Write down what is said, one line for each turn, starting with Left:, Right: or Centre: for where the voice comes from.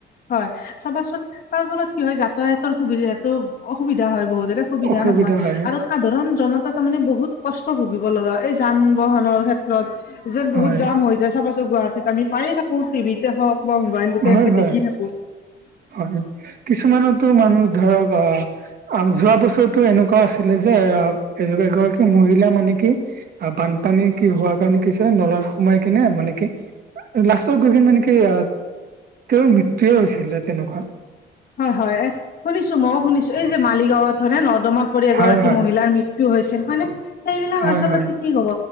Left: হয় চাবাচোন তাৰ ফলত কি হয় যাতায়াতৰ সুবিধাতো অসুবিধা হয় বহুতৰে, সুবিধা
Right: অসুবিধা
Left: নহয়
Right: হয়
Left: আৰু, সাধাৰণ জনতা তাৰ মানে বহুত কষ্ট ভুগিব লগা এই যান বাহনৰ ক্ষেত্ৰত, যেন বহুত
Right: হয়
Left: জাম হৈ যায় চাবাছোন গুৱাহাটীত আমি পায়েই থাকো টিভিতে হওঁক বা মোবাইলটো
Right: হয়
Left: এনেকে
Right: হয়
Left: দেখি থাকোঁ।
Right: হয় কিছুমানতো মানুহ ধৰক আহ আ যোৱা বছৰো এনেকুৱা আছিলে যে এ এগৰাকী মহিলা মানে কি আহ বানপানী কি হোৱাৰ কাৰণে কিছে নলাত সোমাই কিনে মানে কি লাষ্টত গৈ কি মানে কি তেওঁৰ মৃত্যুয়ে হৈছিলে তেনেকুৱা
Left: হয়, হয় এ শুনিছোঁ মইয়ো শুনিছোঁ এই যে মালিগাঁৱত হয়নে ন। দমত পৰি এগৰাকী
Right: হয় হয়
Left: মহিলাৰ মৃত্যু হৈছিল হয়নে সেইবিলাক
Right: হয়
Left: আচলতে
Right: হয়
Left: কি হ'ব